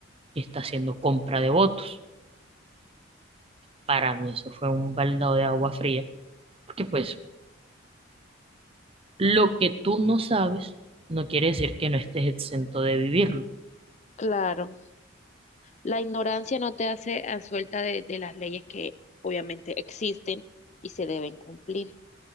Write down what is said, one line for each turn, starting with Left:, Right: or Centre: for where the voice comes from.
Right: está haciendo compra de votos. Para mí eso fue un baldado de agua fría, porque pues lo que tú no sabes no quiere decir que no estés exento de vivirlo.
Left: claro. La ignorancia no te hace a suelta de, de las leyes que obviamente existen y se deben cumplir.